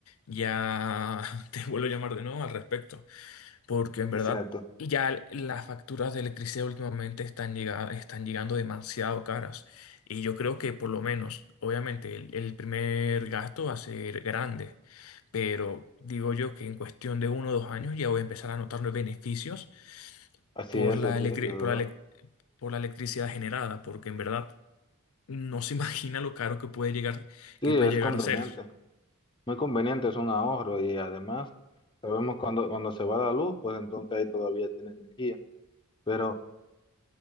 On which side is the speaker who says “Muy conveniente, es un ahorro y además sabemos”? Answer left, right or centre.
Left